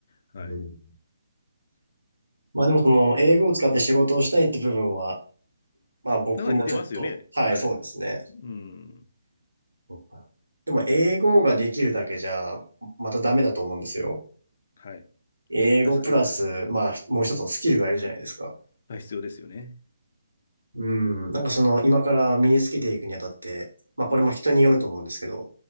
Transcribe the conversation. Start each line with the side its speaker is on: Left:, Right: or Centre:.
Left: はい。
Right: うん。まあでもその、英語を使って仕事をしたいって部分は、まあ僕もちょっと、
Left: だから似てますよね。
Right: はい、
Left: はい。
Right: そうですね。
Left: うん。
Right: そうか。でも、英語ができるだけじゃ、またダメだと思うんですよ。
Left: はい。
Right: 英語プラス、
Left: 確かに。
Right: まあ、もう一つのスキルがいるじゃないですか。
Left: あ、必要ですよね。
Right: うん。なんかその、今から身につけていくにあたって、まあこれも人によると思うんですけど、
Left: うん。